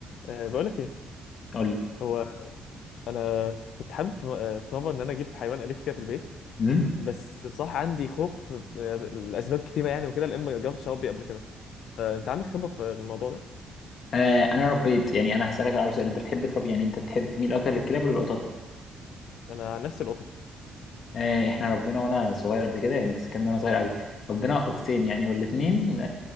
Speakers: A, on the left; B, on the left.
A: أه بقول لك ايه
B: قول لي
A: هو انا كنت حابب في آه، في مره ان انا اجيب حيوان اليف كده في البيت
B: امم
A: بس بصراحه عندي خوف آه، لاسباب كتيره يعني وكده لان ما جربتش اربي قبل كده فانت عندك خبره في الموضوع ده
B: آه انا ربيت يعني انا هسالك الاول سؤال انت بتحب تربي يعني انت بتحب تميل اكتر للكلاب ولا القطط
A: انا عن نفسي القطط
B: آه احنا ربنا وانا صغير قبل كده يعني بس كان وانا صغير قوي ربنا قطتين يعني والاثنين